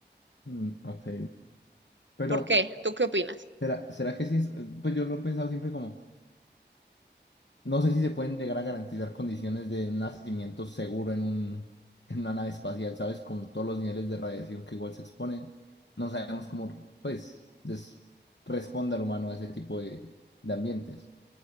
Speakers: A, on the left; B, on the right.
A: Mm, ok. Pero,
B: ¿Por qué? ¿Tú qué opinas?
A: ¿será, será que sí es? eh, Pues yo lo he pensado siempre como, no sé si se pueden llegar a garantizar condiciones de un nacimiento seguro en un, en una nave espacial, ¿sabes? Con todos los niveles de radiación que igual se exponen. No sabemos cómo, pues, des- responde al humano a ese tipo de, de ambientes.